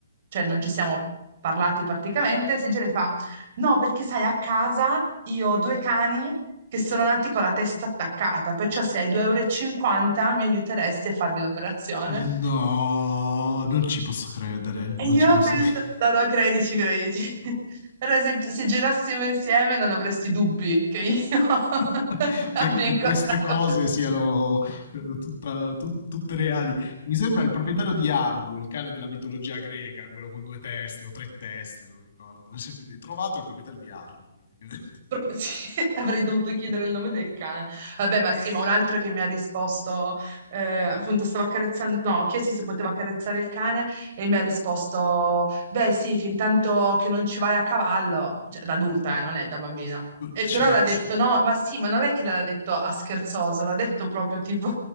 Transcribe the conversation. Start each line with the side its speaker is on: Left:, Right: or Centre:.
Right: cioè, non ci siamo parlati praticamente, si gira e fa, no, perché sai, a casa io ho due cani che sono nati con la testa attaccata, perciò se hai 2,50 euro e cinquanta mi aiuteresti a fargli l'operazione.
Left: No, non ci posso credere,
Right: E
Left: non
Right: io
Left: ci posso
Right: ho pensato,
Left: credere.
Right: no, no, credici, credici. <laughs> Allora, se, se girassimo insieme non avresti dubbi che io
Left: <laughs>
Right: <laughs> abbia
Left: Che, che
Right: incontrato...
Left: queste cose siano eh, tutta- tut- tutte reali. Mi sembra il proprietario di Argo, il cane della mitologia greca, quello con due teste o tre teste, non ricordo. <laughs> Cioè, quindi hai trovato il proprietario di Argo, praticamente.
Right: Pro- <laughs> sì, avrei dovuto chiedere il nome del cane. Vabbè, ma sì, ma un altro che mi ha risposto, eh, appunto, stavo accarezzando, no, ho chiesto se poteva accarezzare il cane e mi ha risposto, beh, sì, fin tanto che non ci vai a cavallo, cioè da adulta, eh, non è da bambina. E,
Left: Cioè,
Right: però l'ha detto, no, ma sì, ma non è che l'ha detto a scherzoso, l'ha detto proprio tipo,